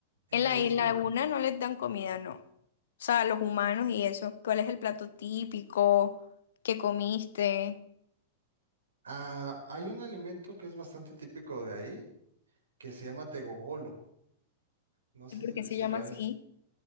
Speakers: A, on the right; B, on the left.
A: en
B: En
A: la
B: la
A: isla.
B: isla alguna no les dan comida, no. O sea, los humanos y eso. ¿Cuál es el plato típico? ¿Qué comiste?
A: Ah, hay un alimento que es bastante típico de ahí, que se llama tegogolo. No
B: ¿Y
A: sé
B: por
A: si
B: qué
A: le,
B: se
A: si
B: llama
A: la
B: así?
A: ves.